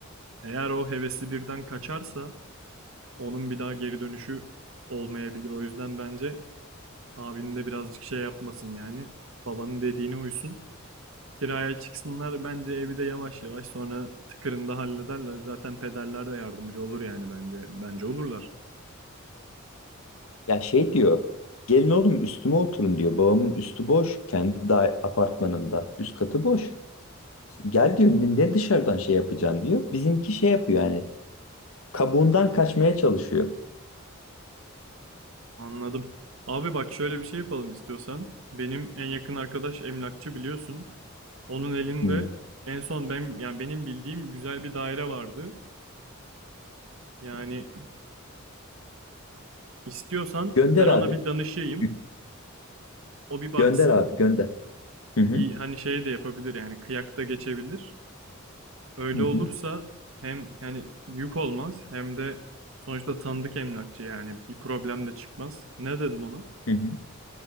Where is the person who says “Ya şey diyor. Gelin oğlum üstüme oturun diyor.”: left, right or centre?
Left